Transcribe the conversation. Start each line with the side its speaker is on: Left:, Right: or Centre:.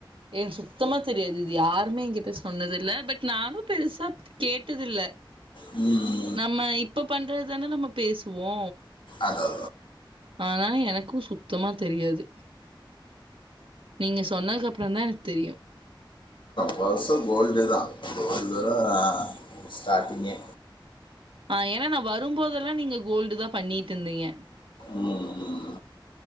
Right: ஏன் சுத்தமா தெரியாது இது யாருமே என்கிட்ட சொன்னதுல்ல பெட் நானு பெருசா கேட்டுதுல்ல
Left: ம்
Right: நம்ம இப்ப பண்றது தான நம்ம பேசுவோ
Left: அதோ
Right: அதனால எனக்கு சுத்தமா தெரியாது நீங்க சொன்னதுக் அப்றந்தா எனக் தெரியு
Left: பர்ச கோல்டேதா கோல்டுதா அ ஸ்டாட்டிங்கே
Right: அ ஏனா நா வரும்போதல்லா நீங்க கோல்டுதா பண்ணீட்டுந்தீங்க
Left: ம்